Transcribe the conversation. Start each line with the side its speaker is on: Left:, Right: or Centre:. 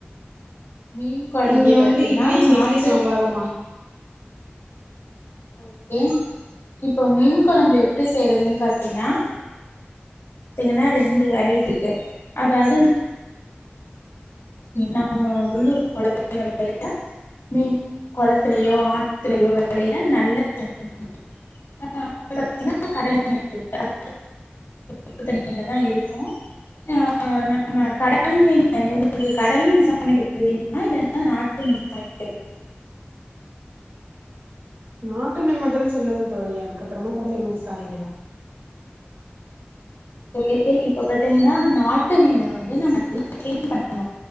Left: மீன் குழம்பு
Right: இங்க
Left: பாத்தீங்கன்னா
Right: வந்து இட்லியும்
Left: நாட்டு
Right: இட்லி சாம்பாரும்மா
Left: ஓகே இப்ப மீன் கொழம்பு எப்படி செய்யறதுன் பாத்தினா பாத்திங்கனா ரெண்டு வெரைட்டி இருக்கு அதாது நாம உள்ளூர் கொளத்துல வெளையற மீன் கொளத்துலயோ ஆத்துலயோ வெளையற நல்ல தண்ணி மீன் இன்னொனு வந்து பாத்திங்கனா கடல் மீன் இருக்கு அது உப்பு தண்ணிலதா இருக்கு ஆ நாம கடல் மீன் உங்களுக்கு கடல் மீன் சமைக்கிறது வேணுமா இல்லன்னா நாட்டு மீன் சமைக்கறது வேணுமா
Right: நாட்டு மீன் மொதல்ல சொல்லுங்க தோழி அதுக்கப்பறமா கடல் மீன் சாயிகலா
Left: ஓகே இப்ப பாத்திங்கன்னா நாட்டு மீன வந்து நம்ம நல்லா கிளீன் பண்ணனு